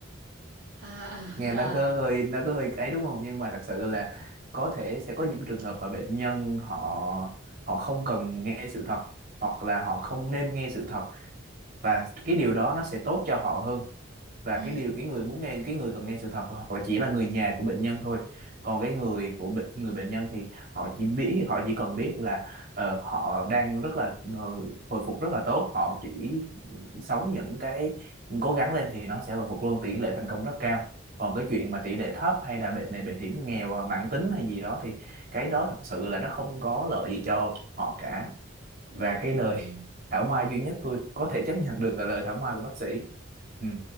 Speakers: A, on the right (about 75°); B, on the right (about 45°).
A: à à
B: nghe nó
A: à.
B: có hơi nó có hơi ấy đúng không nhưng mà thật sự là có thể sẽ có những trường hợp mà bệnh nhân họ họ không cần nghe sự thật hoặc là họ không nên nghe sự thật và cái điều đó nó sẽ tốt cho họ hơn và
A: ừ
B: cái điều cái người muốn nghe cái người cần nghe sự thật hoặc là chỉ là người nhà của bệnh nhân thôi còn cái người của bệnh người bệnh nhân thì họ chỉ biết họ chỉ cần biết là ờ, họ đang rất là ờ, hồi phục rất là tốt họ chỉ sống những cái cố gắng lên thì nó sẽ hồi phục luôn tỷ lệ thành công rất cao còn cái chuyện mà tỷ lệ thấp hay là bệnh này bệnh hiểm nghèo à, mãn tính hay gì đó thì cái đó thật sự là nó không có lợi gì cho họ cả
A: ừ
B: và cái lời <laughs> thảo mai duy nhất tôi có thể chấp nhận được là lời thảo mai của bác sĩ ừ